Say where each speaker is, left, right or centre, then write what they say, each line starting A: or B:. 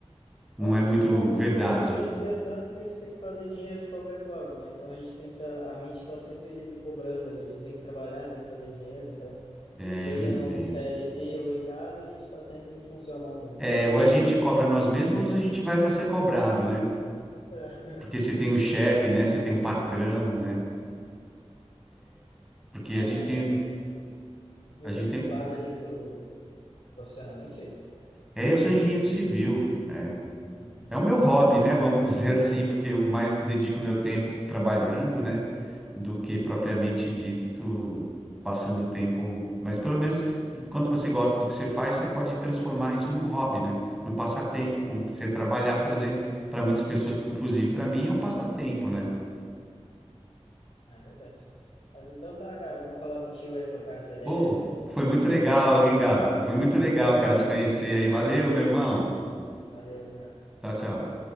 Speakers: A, in the centre; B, on the left.
A: não
B: Acho
A: é muito
B: que não,
A: verdade?
B: não influencia tanto porque a gente tem que fazer dinheiro de qualquer forma, né? Então a gente tem que tá, a mente está sempre cobrando ali, a gente tem que trabalhar, tem que fazer dinheiro, então,
A: É,
B: seja
A: eu entendo.
B: num CLT ou em casa, a gente está sempre funcionando,
A: É, ou a gente cobra nós mesmos, ou a gente vai para ser cobrado, né?
B: né?
A: Porque se tem um chefe, né? Se tem um patrão, né? Porque a
B: É,
A: gente
B: mas
A: tem,
B: é. E
A: a
B: o
A: gente
B: que
A: tem.
B: que tu faz ali que tu profissionalmente?
A: É, eu sou engenheiro civil. É,
B: Hum.
A: é o meu hobby,
B: Hum,
A: né? <laughs> Vamos dizer assim, porque eu mais dedico meu tempo trabalhando, né? Do que propriamente dito passando tempo. Mas pelo menos quando você gosta do que você faz, você pode transformar isso num hobby, né? Num passatempo. Como Você trabalhar, por exemplo, para muitas pessoas, inclusive para mim, é um passatempo, né?
B: É verdade. Mas então tá, cara, bom falar contigo aí, trocar essa ideia,
A: Pô, foi muito
B: desacelerar
A: legal, hein,
B: um pouco.
A: Gabi? Foi muito legal, cara, te conhecer aí. Valeu, meu irmão.
B: Valeu, cara.
A: Tchau, tchau.